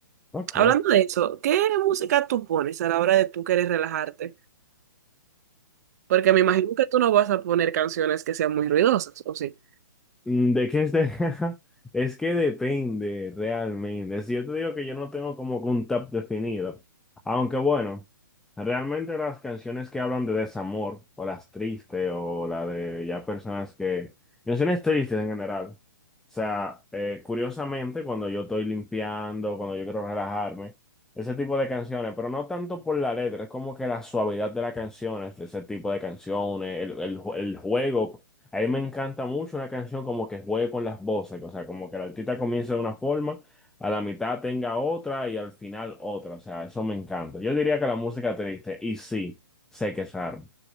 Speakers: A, in the centre; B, on the right.
A: Ok.
B: Hablando de eso, ¿qué música tú pones a la hora de tú querer relajarte? Porque me imagino que tú no vas a poner canciones que sean muy ruidosas, ¿o sí?
A: Mm, ¿De qué es de- <laughs> Es que depende realmente. Si yo te digo que yo no tengo como que un top definido, aunque bueno, realmente las canciones que hablan de desamor, o las tristes, o la de ya personas que... Canciones tristes en general. O sea, eh, curiosamente, cuando yo estoy limpiando, cuando yo quiero relajarme, ese tipo de canciones, pero no tanto por la letra, es como que la suavidad de las canciones, de ese tipo de canciones, el, el el juego. A mí me encanta mucho una canción como que juegue con las voces, o sea, como que el artista comience de una forma, a la mitad tenga otra y al final otra, o sea, eso me encanta. Yo diría que la música triste, y sí, sé que es raro,